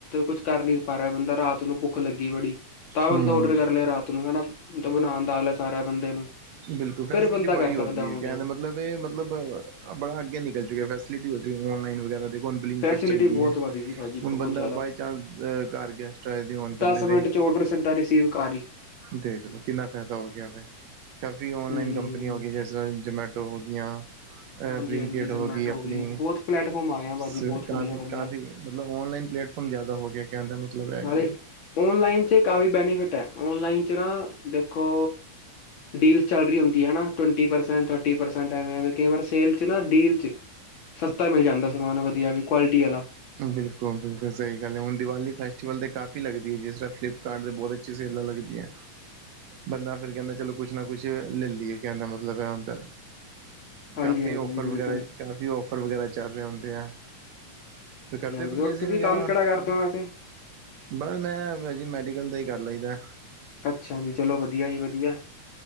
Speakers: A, on the left; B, on the right.
A: ਕੁੱਝ ਕਰ ਨੀ ਪਾ ਰਿਹਾ, ਬੰਦਾ ਰਾਤ ਨੂੰ ਭੁੱਖ ਲੱਗੀ ਬੜੀ ਤਾਂ ਬੰਦਾ
B: ਹਮ
A: ਔਡਰ ਕਰ ਲਿਆ ਰਾਤ ਨੂੰ ਹੈਨਾ, ਬਣਾਉਣ ਦਾ ਆਲਸ ਆ ਰਿਹਾ ਬੰਦੇ ਨੂੰ
B: ਬਿਲਕੁੱਲ ਫੈਸਿਲਿਟੀ
A: ਫਿਰ ਬੰਦਾ ਕਰ
B: ਬੜੀ
A: ਸਕਦਾ
B: ਹੋ ਗਈਂ
A: ਔਨਲਾਈਨ
B: ਹੈਂ ਕਹਿਣ ਦਾਂ, ਮਤਲਬ ਇਹ ਮਤਲਬ ਬੜਾ ਅੱਗੇ ਨਿਕਲ ਚੁੱਕਾ ਫੈਸਲਿਟੀ ਔਨਲਾਇਨ ਵਗੈਰਾ ਦੇ ਹੁਣ ਬਲਿੰਕਿਟਸ
A: ਫੈਸਿਲਿਟੀ
B: ਚੱਲ
A: ਬਹੁਤ
B: ਗਿਆ,
A: ਵੱਧ ਗਈ ਭਾਜੀ
B: ਹੁਣ
A: ਬਹੁਤ
B: ਬੰਦਾ
A: ਜ਼ਿਆਦਾ
B: ਬਾਈ ਚਾਂਸ ਘਰ ਗੈਸਟ ਆਏ
A: ਦਸ
B: ਬੰਦੇ
A: ਮਿੰਟ ਚ ' ਔਡਰ ਸਿੱਧਾ ਰਿਸੀਵ ਘਰ ਹੀ।
B: ਦੇਖਲੋ ਕਿੰਨਾਂ ਫ਼ਾਇਦਾ ਹੋ ਗਿਆਂ ਵੇ- ਕਾਫੀ ਔਨਲਾਈਨ
A: ਹੂੰ
B: ਕੰਪਨੀਆਂ ਹੋ ਗਈਆਂ ਜੈਸੇ ਜੋਮੈਟੋ ਹੋਗਈਆਂ।
A: ਹਾਂਜੀ
B: ਬ੍ਰਿੰਕਟ
A: ਹਾਂਜੀ ਜ਼ਮੈਟੋ
B: ਹੋਗੀ ਆਪਣੀਂ,
A: ਹੋ ਗਈ ਬਹੁਤ ਪਲੈਟਫਾਰਮ ਆ ਗਏ ਆ ਭਾਜੀ
B: ਸ
A: ਬਹੁਤ
B: ਕਾਫ਼ੀ
A: ਵਧੀਆ ਵਧੀਆ
B: -ਕਾਫ਼ੀ ਮਤਲਬ ਔਨਲਾਈਨ ਪਲੇਟਫੋਮ ਕਮ ਜਾਦਾ ਹੋ ਗਿਆ ਕਹਿਣ ਦਾ ਮਤਲਬ ਇਹ ਹੈ
A: ਨਾਲੇ
B: ਗਿਆ।
A: ਔਨਲਾਈਨ 'ਚ ਕਾਫੀ ਬੈਨੀਫਿਟ ਹੈ ਔਨਲਾਈਨ 'ਚ ਨਾ ਦੇਖੋ ਡੀਲਸ ਚ ਅ ਬਰੀ ਹੁੰਦੀ ਹੈਂ ਨਾ, ਟਵਂਟੀ ਪਰਸੈਂਟ, ਥਰਟੀ ਪਰਸੈਂਟ ਐਵੇਂ -ਐਵੇਂ ਕਈ ਵਾਰ ਸੇਲ 'ਚ ਨਾ ਡੀਲ 'ਚ-
B: ਹਮ <unintelligible>
A: ਸਸਤਾ ਮਿਲ਼ ਜਾਂਦਾ ਸਮਾਂਨ ਵਧੀਆਂ ਵੀ ਕੁਆਲਿਟੀ ਵਾਲਾਂ।
B: ਬਿਲਕੁਲ- ਬਿਲਕੁਲ ਸਹੀ ਗੱਲ ਏ, ਹੁਣ ਦੀਵਾਲੀੈ ਫੈਸਟੀਵਲ ਤੇ ਕਾਫ਼ੀ ਲੱਗਦੀ ਹੈ ਜਿਸ ਤਰ੍ਹਾਂ ਫਲਿੱਪਕਾਰਟ ਦੇ ਬਹੁਤ ਅੱਛੀ ਸੇਲਾਂ ਲੱਗਦੀਆਂ। <inaudible> ਬੰਦਾ ਫ਼ਿਰ ਕਹਿੰਦਾਂ ਚਲੋਂ ਕੁੱਛ ਨਾ ਕੁੱਛ ਲੈ ਲਈਏ ਕਹਿਣ ਦਾ ਮਤਲਬ ਹੈ ਹੁੰਦਾ।
A: ਹਾਂਜੀ
B: ਕਾਫ਼ੀ
A: ਹਾਂਜੀ
B: ਔਫਰ
A: ਜੀ ਬਿਲਕੁਲ
B: ਵਗ਼ੈਰਾ, ਕਾਫ਼ੀ ਔਫਰ ਵਗ਼ੈਰਾ ਚੱਲ ਰਹੇਂ ਹੁੰਦੇ ਐ।
A: ਹਾਂਜੀ
B: ਤੇ ਕਰਦੇ
A: ਹਾਂਜੀ
B: ਪਰਚੇਜਿੰਗ
A: ਹੋਰ ਤੁਸੀਂ
B: ਵਗੈਰਾ।
A: ਕੰਮ ਕਿਹੜਾ ਕਰਦੇ
B: ਹਮ।
A: ਹੋ ਵੈਸੇ?
B: ਬਸ ਮੈਂ ਹੈਗਾ ਜੀ ਮੈਡੀਕਲ ਦਾਂ ਹੀ ਕਰ ਲਈਦਾਂ।
A: ਅੱਛਾ ਜੀ ਚਲੋਂ ਵਧੀਆਂ ਜੀ ਵਧੀਆਂ